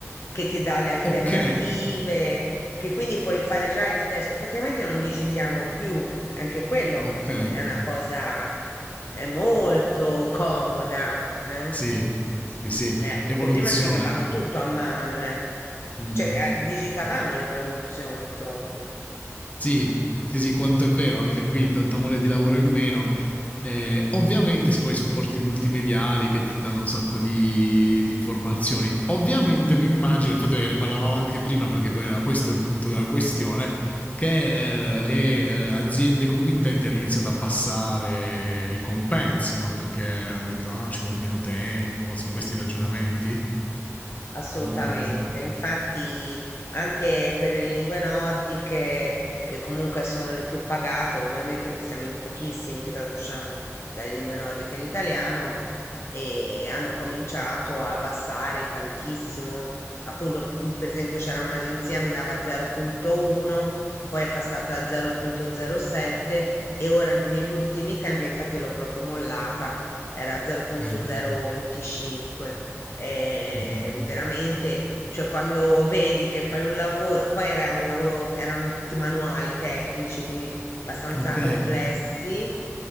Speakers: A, on the left; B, on the left.
A: che ti dà le alternative,
B: ok,
A: che quindi puoi fare già il testo. Praticamente non digitiamo più, anche quello
B: ok,
A: è una cosa eh, molto comoda, eh?
B: sì, sì, sì,
A: Eh,
B: evoluzione.
A: che prima scrivevamo tutto a mano, eh.
B: Mm.
A: Cioè, eh, digitavamo le traduzioni proprio.
B: Sì, sì, sì, quanto è vero, anche qui tanta mole di lavoro in meno. Eh, ovviamente si poi i supporti multimediali che ti danno un sacco di, di informazioni. Ovviamente mi immagino, infatti perché ne parlavamo anche prima perché poi era questo il punto della questione, che eh, le eh, aziende committenti hanno iniziato a abbassare i compensi, no? Perché hanno detto ah, ci vuole meno tempo, sono questi ragionamenti
A: Assolutamente,
B: a monte.
A: infatti anche per le lingue nordiche, che comunque sono le più pagate, ovviamente perché siamo in pochissimi che traduciamo dalle lingue nordiche in italiano, e hanno cominciato a abbassare tantissimo. Appunto, mm, per esempio, c'era un'agenzia mi dava 0.1, poi è passata a 0.07 e ora negli ultimi tempi, infatti io l'ho proprio mollata, era 0.025
B: Ok,
A: eh,
B: Mhm.
A: veramente, cioè quando vedi che fai un lavoro, poi era un lavoro, erano tutti manuali tecnici, quindi abbastanza
B: ok,
A: complessi,